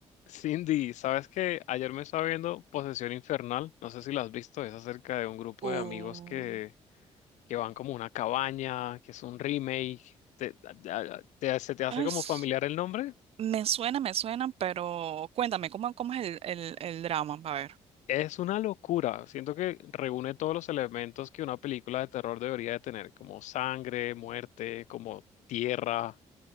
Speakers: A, on the left; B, on the right.
A: Cindy, ¿sabes qué? Ayer me estaba viendo Posesión Infernal, no sé si la has visto, es acerca de un grupo
B: Uh,
A: de amigos que, que van como a una cabaña, que es un remake, ¿Te, te- te- se te hace
B: es,
A: como familiar el nombre?
B: me suena, me suena, pero cuéntame, ¿cómo, cómo es el, el, el drama? A ver.
A: Es una locura, siento que reúne todos los elementos que una película de terror debería de tener, como sangre, muerte, como tierra.